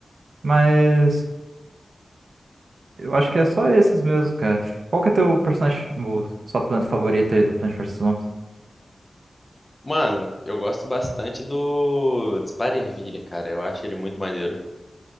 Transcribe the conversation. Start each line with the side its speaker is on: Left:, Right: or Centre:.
Right: Mas eu acho que é só esses mesmo, cara. Qual que é teu personagem, o- sua planta favorita aí do Plant vs. Zombies?
Left: Mano, eu gosto bastante do Dispara Ervilha, cara. Eu acho ele muito maneiro.